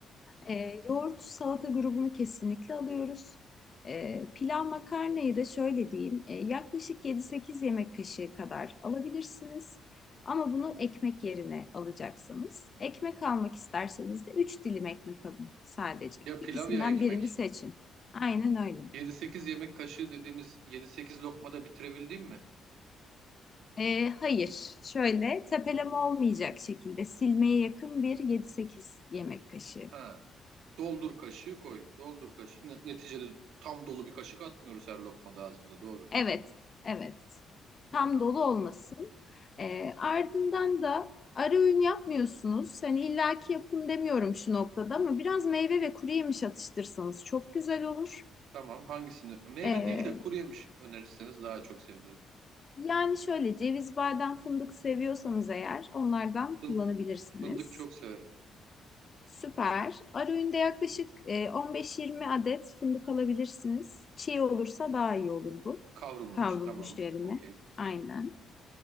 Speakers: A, on the left (about 40°); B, on the right (about 80°).
A: E, yoğurt salata grubunu kesinlikle alıyoruz. E, pilav makarnayı da şöyle diyeyim. e, yaklaşık 7-8 yemek kaşığı kadar alabilirsiniz. Ama bunu ekmek yerine alacaksınız. Ekmek almak isterseniz de 3 dilim ekmek alın sadece.
B: Ya
A: İkisinden
B: pilav ya ekmek.
A: birini seçin. Aynen öyle.
B: Yedi sekiz yemek kaşığı dediğimiz yedi sekiz lokmada bitirebildim mi?
A: E, hayır, şöyle tepeleme olmayacak şekilde silmeye yakın bir 7-8 yemek kaşığı.
B: Ha, doldur kaşığı koy. Doldur kaşığı. Ne- Neticede tam dolu bir kaşık atmıyoruz her lokmada ağzımıza. Doğru.
A: Evet,
B: Tamam.
A: evet. tam dolu olmasın. E, ardından da ara öğün yapmıyorsunuz. Hani illaki yapın demiyorum şu noktada ama biraz meyve ve kuru yemiş atıştırsanız çok güzel olur.
B: Tamam. Hangisini? Meyve
A: E,
B: değil de kuru yemiş önerirseniz daha çok sevinirim.
A: yani şöyle ceviz, badem, fındık seviyorsanız eğer onlardan kullanabilirsiniz.
B: Fın- Fındık çok severim.
A: Süper. Ara öğünde yaklaşık e, 15-20 adet fındık alabilirsiniz. Çiğ olursa daha iyi olur bu.
B: Kavrulmamış
A: Kavrulmuş
B: tamam
A: yerine.
B: okey.
A: Aynen.